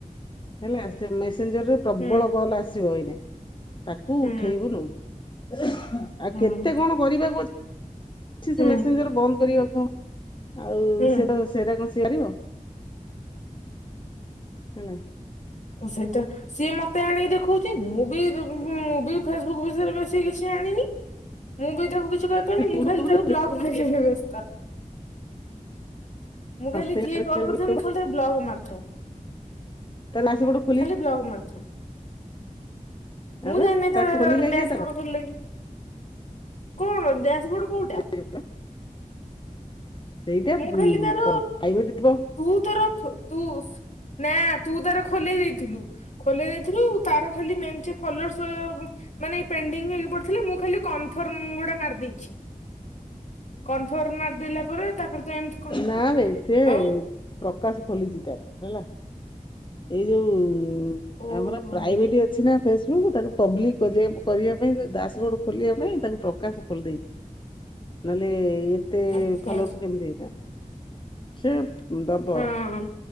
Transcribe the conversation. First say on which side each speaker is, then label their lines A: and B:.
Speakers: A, on the left; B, on the left.
A: ହେଲା ସେ ମେସେଞ୍ଜରରେ ପ୍ରବଳ
B: ହୁଁ
A: କଲ୍ ଆସିବ ଏଇନା ତାକୁ
B: ହୁଁ
A: ଉଠେଇବୁନୁ। ଆଉ
B: ହୁଁ
A: କେତେ କଣ କରିବାକୁ ଅଛି। ଅଛି ସେ
B: ହୁଁ
A: ମେସେଞ୍ଜର ବନ୍ଦ କରିବା କୁ ଆଉ
B: ହୁଁ।
A: ସେ ସେଡା କଣ ସିଆାରିବ। ହେଲା।
B: ସେଇଟା ସିଏ ମତେ ଆଣିକି ଦେଖଉଛି ମୁଁ ବି ବି ଫେସବୁକ୍ ବିଷୟରେ ବେଶୀ କିଛି ଆଣିନି ମୁଁ ବି ତାକୁ କି କିଛି କରିପାରୁନି
A: ତୁ ୟୁଟ୍ୟୁବରୁ
B: ମୁଁ ଖାଲି ତ ବ୍ଲକ୍ ମାରିବାରେ ବେସ୍ତ ମୁଁ ଖାଲି
A: ସେଇଟା
B: ଯିଏ କଲ୍
A: କରିବାକୁ
B: କରିଥା
A: ପଡିବ।
B: ମୁଁ ଖାଲି ବ୍ଲକ ମାରୁଥାଏ।
A: ତାଲାକ ସେପଟୁ
B: ଖାଲି ବ୍ଲଗ ମାରୁଥୁନି। ମୁଁ
A: ଆବେ
B: ଜାଣୀନେଇ
A: ତାକୁ
B: ତା
A: ଖୋଲିଲା
B: ଡ୍ୟାସପୋଟ
A: କିଏ ତାର
B: ଖୋଲିଲାକି କଣ ଡ୍ୟାସ୍ ବୋର୍ଡ କୋଉ
A: ସେ ପା ସେଇଟା
B: ମୁଁ
A: ପ
B: ଖାଲି ତାର
A: ପ୍ରାଇଭେଟ ଥିବ।
B: ତୁ ତାର ତୁ ନା ତୁ ତାର ଖୋଲେଇ ଦେଇଥିଲୁ। ଖୋଲେ ଦେଇଥିଲୁ ତାର ଖାଲି ମେଞ୍ଚେ ଫୋଲୋର୍ଷ ମାନେ ପେଣ୍ଡିଙ୍ଗ ହେଇକି ପଡ଼ିଥିଲେ ମୁଁ ଖାଲି କନଫ୍ରମ୍ ଗୁଡ଼ା ମାରିଦେଇଛି। କନଫର୍ମ ମାରିଦଲା ପରେ ତାପରେ ତ ଏମିତି କଣ
A: ନାବେ ସେ
B: ଆଉ
A: ପ୍ରକାଶ ଖୋଲିଛି ତାର ହେଲା। ଏଇ ଯୋଉ
B: ଓହୋ
A: ଆମର ପ୍ରାଇଭେଟ ଅଛି ନା ଫେସବୁକ୍ ତାକୁ ପବ୍ଲିକ କଲେ କରିବା। ପାଇଁ ଦାସ ବୋଡ ଖୋଲିବା ପାଇଁ ତାଙ୍କୁ ପ୍ରକାଶ ଖୋଲି ଦେଇଛି। ନହେଲେ ଏତେ
B: ଆଚ୍ଛା
A: ଫଲର୍ସ କେମିତି ହେଇଥାନ୍ତା। ଦବ।
B: ହଁ